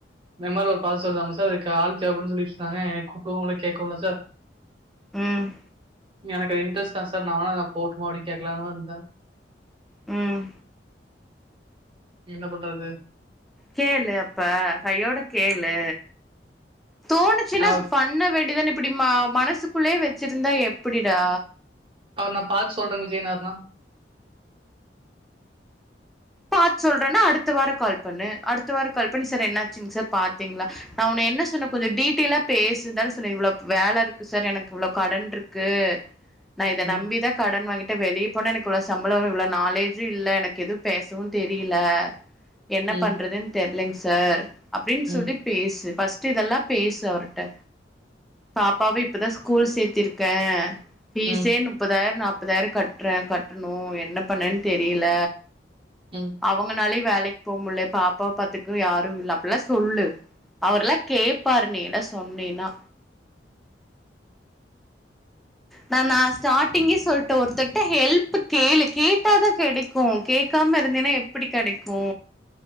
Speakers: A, on the right (about 30°); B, in the centre.
A: இந்த மாரி ஒரு பதில் சொல்லலாம்ல சார் அதுக்கு ஆள் தேவைப்படும்னு சொல்லிட்டு இருந்தாங்க என்னை கூப்பிடவும் இல்லை கேட்கவும் இல்லை சார்
B: ம்
A: எனக்கு அது இன்ட்ரஸ்ட் தான் சார் நான் வேணும்னா போகட்டுமா அப்படினு கேக்கலானு இருந்தேன்
B: ம்
A: என்ன பண்றது
B: கேளு அப்ப கையோட கேளு தோணுச்சுன்னா
A: அவ்
B: அப்ப பண்ண வேண்டியதானே இப்படி ம மனசுக் க்குள்ளேயே வச்சிட்ருந்தா எப்படிடா
A: அவர் நான் பார்த்து சொல்றேன் விஜய்னார்னா
B: பார்த்து சொல்றேன்னா அடுத்த வாரம் கால் பண்ணு அடுத்த வாரம் கால் பண்ணி சார் என்னாச்சுங்க சார் பாத்தீங்களா நான் உன்னை என்ன சொன்னேன் கொஞ்சம் டீட்டெயிலா பேசுடான்னு சொன்னேன் இவ்வளவு வேலை இருக்கு சார் எனக்கு இவ்வளவு கடன் இருக்கு நான் இதை
A: ம்,
B: நம்பிதான் கடன் வாங்கிட்டு ட்டு வெளிய போனா எனக்கு இவ்வளவு சம்பளம் இவ்வளவு நாலேஜு இல்லை எனக்கு எதுவும் பேசவும் தெரியலை என்ன
A: ம்,
B: பண்றதுன்னு தெரிலைங்க சார் அப்படின்னு
A: ம்,
B: சொல்லி பேசு ஃபர்ஸ்ட் ட்டு இதெல்லா பேசு அவருட்ட பாப்பாவு இப்பதா ஸ்கூல் சேத்திருக்க ஃபீஸே
A: ம்,
B: நுப்பதாயர நாப் பதாயர கட்றே கட்டுணு என்ன பண்ணன் தெரில
A: ம்.
B: அவங்கனாலயு வேலைக் போக முடில பாப்பாவ பாத்துக்கவு யாரு இல்ல அப்பில்லா சொல்லு அவர்ல்லா கேப்பாரு நீ எல்லா சொன்னின்னா நா நா ஸ்டார்ட்டிங்கே சொல்ட்ட ஒருத்தர்ட்ட ஹெல்ப் கேளு கேட்டாதா கெடைக்கு கேக்காம இருந்தின்னா எப்புடி கெடைக்கு